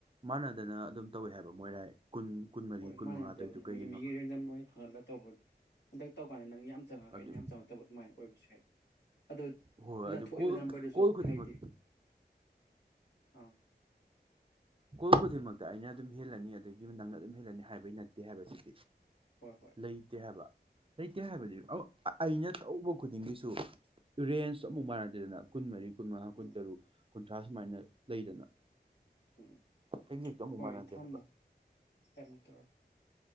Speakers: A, on the right (about 30°); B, on the left (about 85°).
A: ꯃꯥꯟꯅꯗꯅ ꯑꯗꯨꯝ ꯇꯧꯋꯦ ꯍꯥꯏꯕ ꯃꯣꯏꯔꯥꯏ꯫ ꯀꯨꯟ ꯀꯨꯟꯃꯔꯤ
B: ꯍꯣꯏ
A: ꯀꯨꯟꯃꯉꯥ
B: ꯃꯥꯟꯅꯗꯕꯅꯤ
A: ꯇꯧꯔꯤꯗꯣ ꯀꯩꯒꯤꯅꯣ
B: ꯃꯤ ꯃꯤꯒꯤ ꯔꯦꯟꯗꯝ ꯑꯣꯏꯅ ꯈꯜꯂꯒ ꯇꯧꯕ ꯍꯟꯗꯛ ꯇꯧꯀꯥꯟꯗ ꯅꯪ ꯌꯥꯝ ꯆꯪꯉꯒ
A: ꯑꯗꯨ
B: ꯑꯩꯅ ꯌꯥꯝ ꯆꯪꯉꯛꯇꯕ ꯑꯗꯨꯃꯥꯏꯅ ꯑꯣꯏꯕꯁꯨ ꯍꯥꯏ ꯑꯗꯣ
A: ꯍꯣꯏ
B: ꯅꯊꯣꯛꯏꯕ
A: ꯍꯣꯏ ꯑꯗꯨ ꯀꯣꯜ
B: ꯅꯝꯕꯔꯗꯨꯁꯨ
A: ꯀꯣꯜ ꯈꯨꯗꯤꯡꯃꯛ
B: ꯍꯥꯏꯗꯤ ꯑꯪ
A: ꯀꯣꯜ ꯈꯨꯗꯤꯡꯃꯛꯇ ꯑꯩꯅ ꯑꯗꯨꯝ ꯍꯦꯜꯂꯅꯤ ꯑꯗꯒꯤ ꯅꯪꯅ ꯑꯗꯨꯝ ꯍꯦꯜꯂꯅꯤ ꯍꯥꯏꯕꯩ ꯅꯠꯇꯦ ꯍꯥꯏꯕꯁꯤꯗꯤ
B: ꯍꯣꯏ ꯍꯣꯏ
A: ꯂꯩꯇꯦ ꯍꯥꯏꯕ ꯂꯩꯇꯦ ꯍꯥꯏꯕꯗꯤ ꯑꯧ ꯑ ꯑꯩꯅ ꯇꯧꯕ ꯈꯨꯗꯤꯡꯒꯤꯁꯨ ꯔꯦꯟꯖ ꯑꯃꯨꯛ ꯃꯥꯏꯅꯗꯦꯗꯅ ꯀꯨꯟꯃꯔꯤ ꯀꯨꯟ ꯃꯉꯥ ꯀꯨꯟꯇꯔꯨꯛ
B: ꯎꯝ
A: ꯀꯨꯟꯊ꯭ꯔꯥ ꯁꯨꯃꯥꯏꯅ ꯂꯩꯗꯅ
B: ꯎꯝ
A: ꯑꯦꯛꯖꯦꯛꯇꯣ ꯑꯃꯨꯛ
B: ꯍꯣꯏ
A: ꯃꯥꯟꯅꯗꯦ
B: ꯊꯝꯃꯣ
A: ꯍꯥꯏꯕ
B: ꯍꯧꯔꯦꯟ ꯑꯃꯨꯛ ꯇꯧꯔꯛꯀꯦ